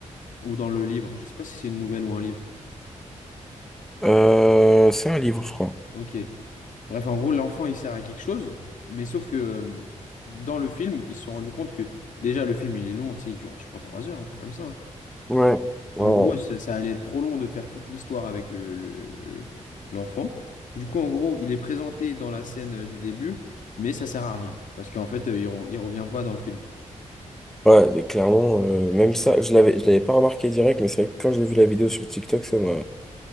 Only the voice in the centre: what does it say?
Euh, c'est un livre, je crois.
Ouais. Ouais,
ouais.
Ouais, et clairement, euh, même ça, je l'avais, je l'avais pas remarqué direct, mais c'est vrai que quand j'ai vu la vidéo sur TikTok, ça m'a.